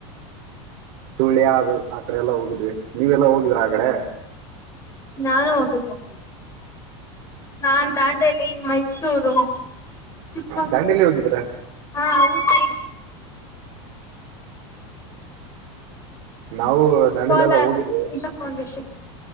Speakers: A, on the right; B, on the left.
A: ಸುಳ್ಯ ಅದು ಆಕಡೆ ಎಲ್ಲ ಹೋಗಿದ್ವಿ ನೀವೆಲ್ಲಾ ಹೋಗಿದ್ರ ಆಕಡೆ.
B: ನಾನು ಹೋಗಿದ್ವು. ನಾನ್ ದಾಂಡೇಲಿ, ಮೈಸೂರು, ಚಿಕ್ಕಮಂಗಳೂರು
A: ದಾಂಡೇಲಿ ಹೋಗಿದ್ರ
B: ಹಾ ಹೌದ್ರಿ.
A: ನಾವು ದಾಂಡೇಲಿ
B: ಕೋಲಾರ್
A: ಎಲ್ಲ ಹೋಗಿದ್ವಿ
B: ಇಶಾಫೌಂಡೇಶನ್